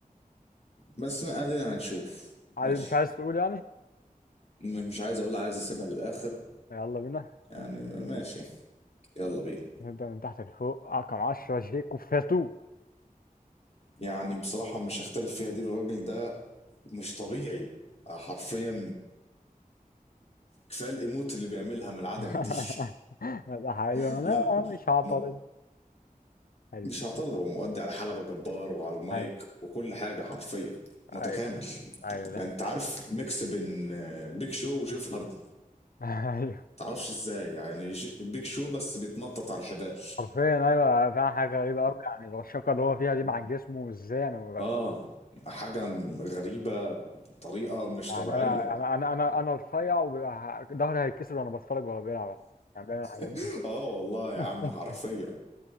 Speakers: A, on the left; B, on the left.
A: بس ما ادينا هنشوف
B: عايز-
A: ماشي
B: مش عايز تقول يعني
A: م- مش عايز اقول عايز اسيبها للاخر
B: يلا بينا
A: يعني ماشي يلا بينا
B: نبدأ من تحت لفوق رقم 10 شيكو فاتو
A: يعني بصراحة مش هختلف فيها دي الراجل ده مش طبيعي حرفيا كفاية الايموت اللي بيعملها من العدم
B: <laughs>
A: دي
B: ده حقيقة
A: <laughs>
B: أنا
A: لا
B: مش هعترض
A: م-
B: أيوه
A: مش هعترض هو مؤدي على حلبة جبار وعلى المايك
B: أيوه
A: وكل حاجة حرفيا متكامل
B: أيوه أيوه ده
A: يعني
B: حقيقة.
A: انت عارف ميكس بين آه، بيج شو وجيف هاردي
B: <laughs> أيوه
A: متعرفش ازاي يعني ج- بيج شو بس بيتنطط على الحبال
B: حرفيا أيوه فيها حاجة غريبة أوي يعني الرشاقة اللي هو فيها دي مع جسمه إزاي أنا
A: اه حاجة م- غريبة بطريقة مش
B: يعني
A: طبيعية
B: انا انا انا انا انا رفيع وظهري هيتكسر وانا بتفرج وهو بيلعب يعني بيعمل الحاجات
A: <laughs>
B: دي
A: اه والله يا
B: <laughs>
A: عم حرفيا